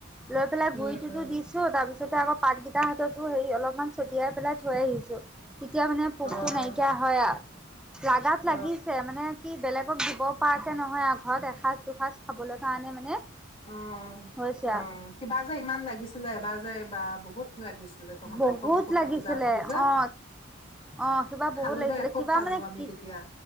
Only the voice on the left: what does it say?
উম
উম
অ
অ'।
অ
অ
কিবা যে ইমান লাগিছিলে এবাৰ যে বা বহুত লাগিছিলে তহঁতৰ
সৰু সৰু
জাতটো যে
খালো
দে খুব
খালো
আমি
তেতিয়া